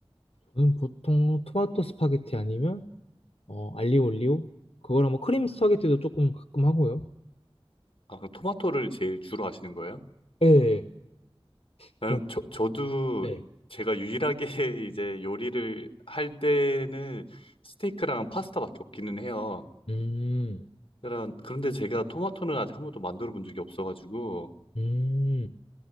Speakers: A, on the left; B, on the left.
A: 저는 보통 토마토 스파게티 아니면, 어, 알리오 올리오? 그거랑 뭐 크림 스파게티도 조금 가끔 하고요.
B: 아, 그럼 토마토를 제일 주로 하시는 거예요?
A: 네,
B: 나는
A: 그런,
B: 저, 저도
A: 네.
B: 제가 유일하게 <laughs> 이제 요리를 할 때는 스테이크랑 파스타밖에 없기는 해요.
A: 음,
B: 그런- 그런데 제가 토마토는 아직 한 번도 만들어 본 적이 없어가지고
A: 음,